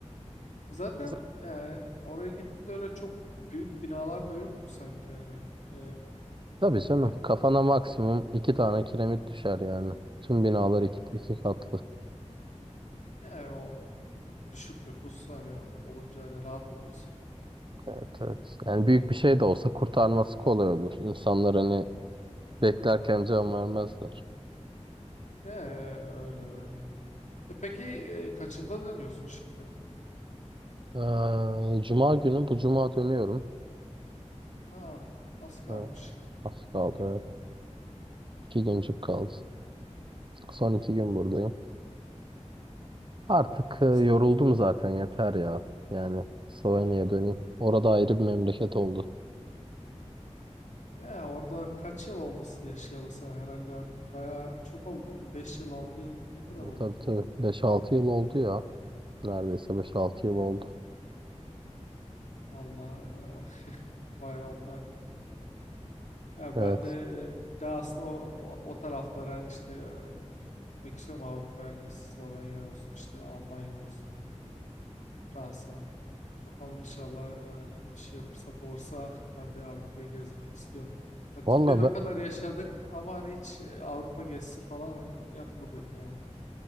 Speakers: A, on the left; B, on the right.
A: Zaten
B: Z-
A: yani oraya gittiğimde öyle çok büyük binalar da yoktu sanki yani. E,
B: Tabii canım
A: ne de
B: kafana
A: yüksek.
B: maksimum iki tane kiremit düşer yani. Tüm binalar iki, iki katlı.
A: Yani o düşük nüfus hani olunca hani rahat oluyorsun.
B: Evet evet. Yani büyük bir şey de olsa kurtarması kolay olur. İnsanlar hani beklerken can vermezler.
A: Ne öyle öyle. E peki e, kaçında dönüyorsun şimdi?
B: Ee, Cuma günü bu cuma dönüyorum.
A: Ah az kalmış
B: Evet.
A: iki,
B: Az kaldı.
A: iki gün.
B: evet. İki güncük kaldı. Son iki gün buradayım. Artık e, yoruldum
A: <laughs> Es-
B: zaten yeter ya. Yani Slovenya'ya döneyim. Orada ayrı bir memleket oldu.
A: Ya orada kaç yıl oldu s- yaşayalı sen herhalde artık bayağı çok oldu değil mi? 5 yıl altı yıl ne kadar oldu?
B: E, tabii tabii beş altı yıl oldu ya. Neredeyse beş altı yıl oldu.
A: Valla <laughs> bayağı oldu harbiden. Ya
B: Evet.
A: ben de e, bir daha aslında o, o, o taraflara hani işte e, gitmek istiyorum Avrupa'ya hani Slovenya olsun işte Almanya olsun Fransa. Bakalım inşallah e, şey fırsat olursa ben de Avrupa'yı gezmek istiyorum. Ya Türkiye'de
B: Valla
A: o
B: ben,
A: kadar yaşadık ama hani hiç e, Avrupa gezisi falan hani yapmadık yani.